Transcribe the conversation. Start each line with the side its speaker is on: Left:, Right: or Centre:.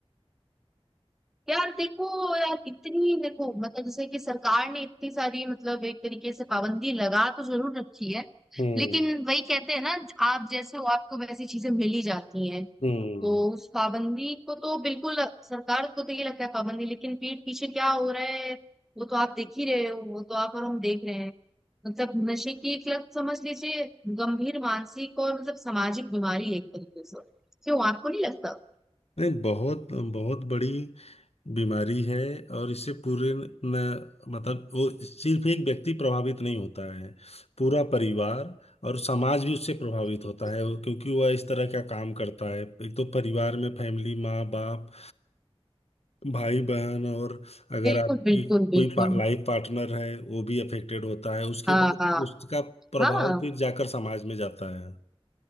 Centre: यार देखो यार इतनी देखो मतलब जैसे कि सरकार ने इतनी सारी मतलब एक तरीके से पाबंदी लगा तो जरूर रखी है
Left: हम्म
Centre: लेकिन वही कहते हैं ना आप जैसे हो आपको वैसी चीजें मिल ही जाती हैं
Left: हम्म
Centre: तो उस पाबंदी को तो बिल्कुल सरकार को तो ये लगता है पाबंदी लेकिन पीठ पीछे क्या हो रहा है वो तो आप देख ही रहे हो वो तो आप और हम देख रहे हैं मतलब नशे की एक लत समझ लीजिए गंभीर मानसिक और मतलब सामाजिक बीमारी है एक तरीके से क्यों आपको नहीं लगता
Left: नहीं बहुत बहुत बड़ी बीमारी है और इससे पूरे न, मतलब वो सिर्फ एक व्यक्ति प्रभावित नहीं होता है पूरा परिवार और समाज भी उससे प्रभावित
Centre: बिल्कुल
Left: होता है वो- क्योंकि वह इस तरह का काम करता है एक तो परिवार में फैमिली माँ बाप भाई बहन और अगर
Centre: बिल्कुल
Left: आपकी
Centre: बिल्कुल
Left: कोई
Centre: बिल्कुल
Left: पा, लाइफ पार्टनर है वो भी अफेक्टेड होता है उसके
Centre: हाँ
Left: बाद
Centre: हाँ
Left: उसका प्रभाव
Centre: हाँ
Left: फिर जाकर समाज में जाता है